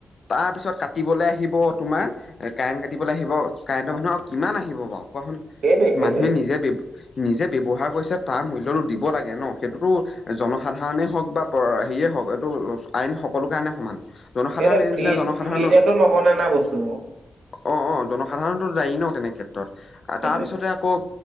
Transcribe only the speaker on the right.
সেইটোৱে সেইটোৱে।
এইটো
ফ্ৰী -
ফ্ৰীতেটো নবনে না বস্তুবোৰ।
সেইটোৱে